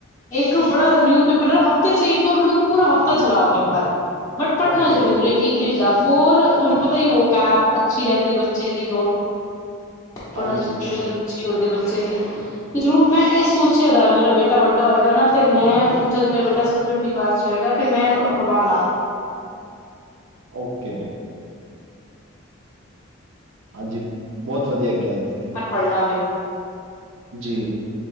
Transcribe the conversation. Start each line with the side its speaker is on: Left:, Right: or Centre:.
Left: ਇੱਕ ਬੜਾ ਨਿਊਜ਼ਪੇਪਰ ਹਫ਼ਤੇ ਇੱਕ ਵਾਰ ਉਹਨੂੰ ਪੂਰਾ ਹਫ਼ਤਾ ਚਲਾ ਪੇਪਰ ਬਟ ਕਿਉਂ
Right: ਓਕੇ,
Left: ਜਰੂਰ ਇੰਗਲਿਸ਼ ਰਾਜ ਹੋਰ ਤੁਹਾਨੂੰ ਪਤਾ ਹੀ ਉਹ ਕੈਬ ਅੱਛੀ ਰਹਿੰਦੀ ਹੈ ਬੱਚੇ ਦੀ <unintelligible>
Right: ਹਾਂਜੀ,
Left: ਹੁੰਦੀ ਬੱਚੇ ਦੀ, ਜਰੂਰ ਮੈਂ ਇਹ ਸੋਚਿਆ ਮੇਰਾ ਬੇਟਾ ਵੱਡਾ ਹੋਏਗਾ ਨਾ ਤੇ ਮੈਂ ਹੁਣ ਜਦ ਮੇਰਾ ਬੇਟਾ ਸਤਵੀ ਅੱਠੀ ਕਲਾਸ ਚ ਹੋਏਗਾ ਤੇ ਮੈਂ ਇਹਨੂੰ ਅਖਬਾਰ ਲਾ
Right: ਓਕੇ ਹਾਂਜੀ, ਬਹੁਤ ਵਧੀਆ। ਕਿਹਾ ਤੁਸੀਂ
Left: ਪਰ ਪੜ੍ਹਨਾ ਵੇ
Right: ਜੀ।